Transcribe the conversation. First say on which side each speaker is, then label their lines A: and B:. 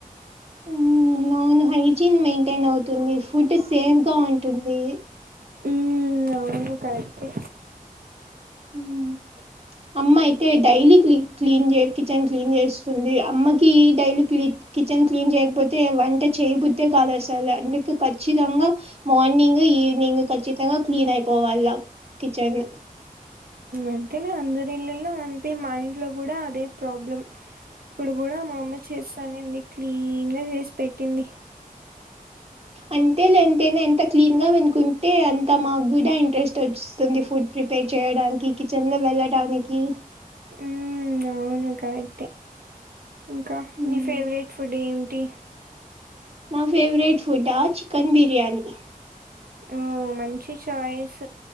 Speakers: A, on the right (about 45°); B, on the right (about 85°).
A: హ్మ్ అవును హైజీన్ మెయింటైన్ అవుతుంది ఫుడ్ సేఫ్ గా ఉంటుంది
B: హ్మ్ అవును కరెక్టే
A: హ్మ్ అమ్మ అయితే డైలీ క్లీ క్లీన్ చే కిచెన్ క్లీన్ చేస్తుంది అమ్మ కి డైలీ క్లీన్ కిచెన్ క్లీన్ చేయకపోతే వంట చేయబుద్ అంతే కదు అసలు అందుక ఖచ్చితంగా మార్నింగ్ ఈవనింగ్ ఖచ్చితంగా క్లీన్ అయిపోవాల కిచెన్
B: అంతేనా అందరి ఇళ్లలో అంతే మా ఇంట్లో కూడా అదే ప్రాబ్లం ఇప్పుడు కూడా మామ్మ చేస్తానేంది క్లీన్ గా చేసి పెట్టింది
A: అంతే లే ఎంతైనా ఎంత క్లీన్ గా వినుకుంటే అంత మాకు కూడా ఇంట్రెస్ట్ వచ్చేస్తుంది ఫుడ్ ప్రిపేర్ చేయడానికి కిచెన్లో వెళ్ళడానికి
B: హ్మ్ అవును కరెక్టే ఇంకా
A: ఉమ్,
B: నీ ఫేవరెట్ ఫుడ్ ఏమిటి
A: నా ఫేవరెట్ ఫుడా చికెన్ బిర్యానీ
B: ఆ మంచి చాయిస్